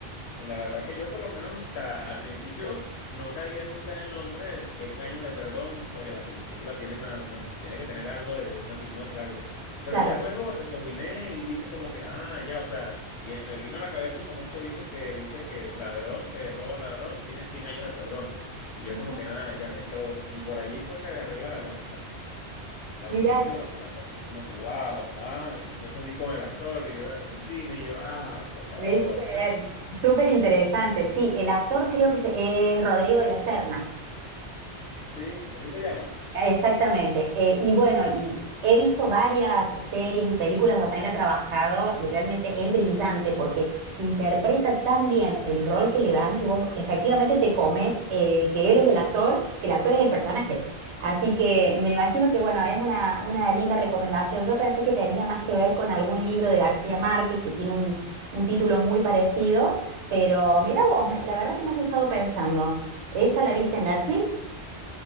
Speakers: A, on the left; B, on the right.
A: Y la verdad que yo por lo menos, o sea, al principio no caía nunca en el nombre de 100 años de perdón. Oye, la película tiene una, una- tiene que tener algo de una signosia, algo. Pero
B: Claro.
A: ya luego rebobiné y dije como que, ah, ya, o sea, bien, me vino a la cabeza un famoso dicho que dice que ladrón que roba ladrón tiene cien años de perdón. Y yo
B: Ah,
A: como que, ah, ya, eso. Y por allí fue que agarré la, la, la la
B: mira,
A: sinopsis de la cosa, como que wow, ah, entonces di con el actor y yo de Argentina y yo, ay, por favor.
B: viste
A: <laughs>
B: bien. Súper interesante. Sí, el actor creo que se- es Rodrigo de la Serna.
A: Sí, así se llama.
B: Exactamente. Eh, y bueno, y he visto varias series y películas donde él ha trabajado y realmente es brillante porque interpreta tan bien el rol que le dan que vos efectivamente te comes eh, que él es el actor, que el actor es el personaje. Así que me imagino que bueno, es una, una linda recomendación. Yo pensé que tenía más que ver con algún libro de García Márquez que tiene un, un título muy parecido, pero mira vos, me- la verdad que me has dejado pensando. ¿Esa la viste en Netflix?